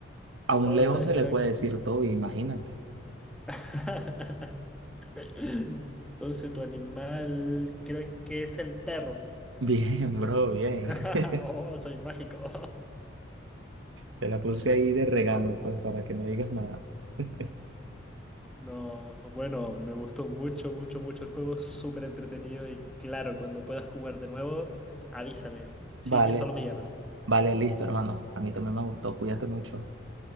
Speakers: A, on the right; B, in the centre.
A: A un
B: Entonces
A: león se
B: creo...
A: le puede decir todo, imagínate.
B: <laughs> Entonces tu animal creo que es el perro.
A: <laughs> Bien, bro, bien.
B: <laughs>
A: <laughs>
B: Oh, soy mágico. <laughs>
A: Te la puse ahí de regalo, pues, para que no digas nada. <laughs>
B: No, bueno, me gustó mucho, mucho, mucho el juego. Súper entretenido y claro, cuando puedas jugar de nuevo, avísame. Sí,
A: Vale,
B: solo me llamas.
A: vale, listo, hermano. A mí también me gustó, cuídate mucho.